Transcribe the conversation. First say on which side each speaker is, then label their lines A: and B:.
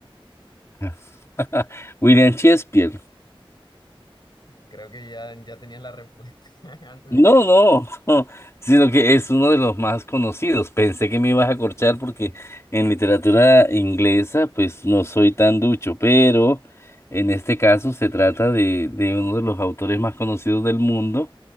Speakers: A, on the left (about 30°); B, on the left (about 50°).
A: <laughs> William Shakespeare.
B: Creo que ya, ya tenías la respuesta <laughs> antes
A: No,
B: de que te-
A: no, <laughs> sino que es uno de los más conocidos. Pensé que me ibas a corchar porque en literatura inglesa pues no soy tan ducho, pero en este caso se trata de, de uno de los autores más conocidos del mundo